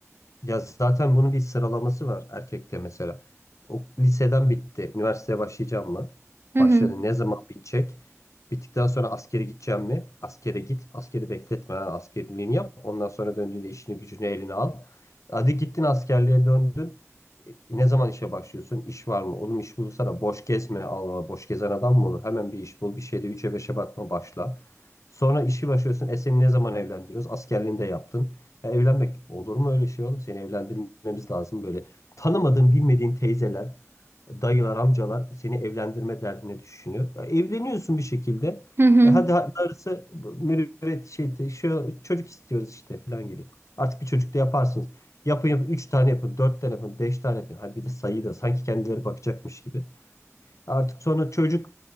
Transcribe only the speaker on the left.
Ya zaten bunun bir sıralaması var erkekte mesela. O liseden bitti. Üniversiteye başlayacağım mı?
Başladı.
Ne zaman bitecek? Bittikten sonra askere gideceğim mi? Askere git. Askeri bekletme. ha. Askerliğini yap. Ondan sonra döndüğünde işini gücünü eline al. Hadi gittin askerliğe döndün. E, Ne zaman işe başlıyorsun? İş var mı? Oğlum iş bulsana. Boş gezme. Allah Allah. Boş gezen adam mı olur? Hemen bir iş bul. Bir şeyde üçe beşe bakma başla. Sonra işi başlıyorsun. E seni ne zaman evlendiriyoruz? Askerliğini de yaptın. Ya evlenmek olur mu öyle şey oğlum? Seni evlendirmemiz lazım böyle. Tanımadığın, bilmediğin teyzeler dayılar, amcalar seni evlendirme derdine düşünüyor. E, Evleniyorsun bir şekilde.
E hadi ha- darısı mürüvvet şey şu çocuk istiyoruz işte falan geliyor. Artık bir çocuk da yaparsınız. Yapın yapın 3 tane yapın, 4 tane yapın, 5 tane yapın. Hadi bir de sayı da sanki kendileri bakacakmış gibi. Artık sonra çocuk